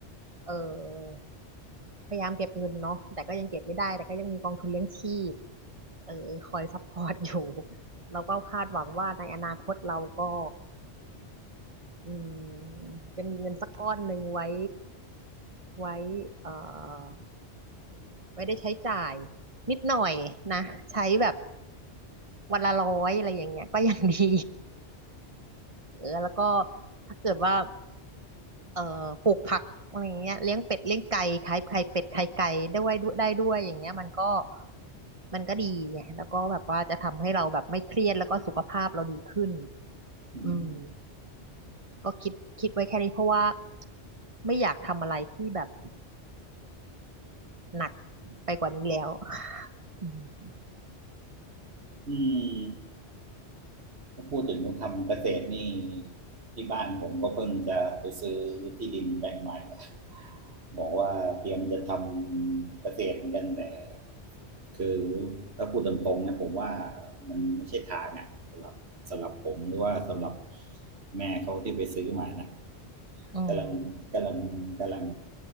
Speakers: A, on the right; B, on the right.
A: เออพยายามเก็บเงินเนาะแต่ก็ยังเก็บไม่ได้แต่ก็ยังมีกองทุนเลี้ยงชีพเออคอยซัพพอร์ตอยู่ <laughs> แล้วก็คาดหวังว่าในอนาคตเราก็ อืมจะมีเงินสักก้อนหนึ่งไว้ไว้เอ่อไว้ได้ใช้จ่ายนิดหน่อยนะใช้แบบวันละร้อยอะไรอย่างเงี้ยก็ยังดี <laughs> เออแล้วก็ถ้าเกิดว่าเอ่อปลูกผักอะไรอย่างเงี้ยเลี้ยงเป็ดเลี้ยงไก่ขายไข่เป็ดไข่ไก่ได้ไว้ด้วยได้ด้วยอย่างเงี้ยมันก็มันก็ดีไงแล้วก็แบบว่าจะทำให้เราแบบไม่เครียดแล้วก็สุขภาพเราดีขึ้น
B: อืม
A: อืม ก็คิดคิดไว้แค่นี้เพราะว่าไม่อยากทำอะไรที่แบบหนักไปกว่านี้แล้วอืม
B: อืม ถ้าพูดถึงทำเกษตรนี่ที่บ้านผมก็เพิ่งจะไปซื้อที่ดินแปลงใหม่นะบอกว่าเตรียมจะทำเกษตรเหมือนกันแต่คือถ้าพูดตรงๆนะผมว่ามันไม่ใช่ทางอะสำหรับสำหรับผมหรือว่าสำหรับแม่เขาที่ไปซื้อมานะ
A: อืม
B: กำลังกำลังกำลัง